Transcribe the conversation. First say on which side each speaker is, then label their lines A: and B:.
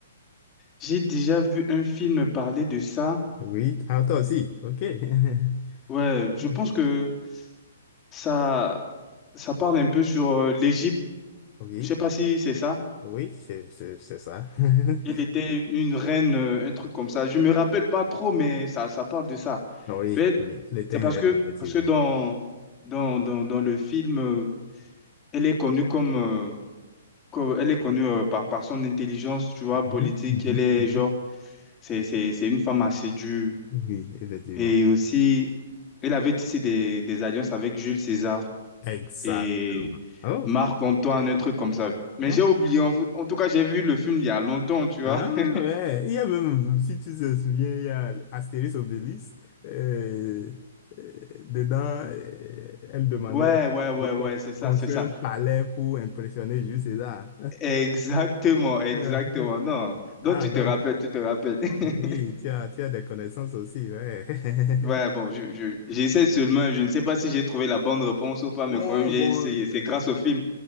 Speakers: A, on the left; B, on the left.
A: j'ai déjà vu un film parler de ça.
B: Oui, ah, toi aussi, ok. <laughs>
A: Ouais, je
B: Mhm.
A: pense que Ça, ça parle un peu sur euh, l'Égypte.
B: Oui,
A: Je sais pas si c'est ça.
B: oui, c'est c'est- c'est ça. <laughs>
A: Elle était une reine, euh, un truc comme ça. Je me rappelle pas trop, mais ça, ça parle de ça.
B: Ah Oui,
A: Mais
B: oui, elle était
A: c'est
B: un
A: parce
B: rêve,
A: que,
B: effectivement.
A: parce que dans, dans, dans, dans le film, euh, elle est connue comme, euh, comme- elle est connue euh, par, par son intelligence, tu vois,
B: Mhm,
A: politique.
B: mhm,
A: Elle est
B: mhm.
A: genre, c'est, c'est, c'est une femme assez dure.
B: Oui, effectivement.
A: Et aussi, elle avait tissé des, des alliances avec Jules César.
B: Exactement.
A: et
B: Oh,
A: Marc-Antoine, un truc comme ça. Mais
B: oh.
A: j'ai oublié, en en tout cas, j'ai vu le film il y a longtemps, tu vois.
B: Ah
A: <laughs>
B: ouais, il y a même, si tu te souviens, il y a Astérix Obélix. euh, euh, dedans, euh, elle demandait
A: Ouais, ouais, ouais,
B: de con-
A: ouais, c'est
B: de
A: ça,
B: construire
A: c'est ça.
B: un palais pour impressionner Jules César.
A: Exactement,
B: <laughs>
A: exactement. Non, donc
B: Ah,
A: tu
B: donc,
A: te rappelles, tu te rappelles.
B: oh,
A: <laughs>
B: oui, tu as, tu as des connaissances aussi, ouais.
A: Ouais, bon,
B: <laughs>
A: je, je, j'essaie seulement, je ne sais pas si j'ai trouvé la bonne réponse ou pas, mais
B: Bon,
A: quand même, j'ai essayé. C'est
B: bon.
A: grâce au film.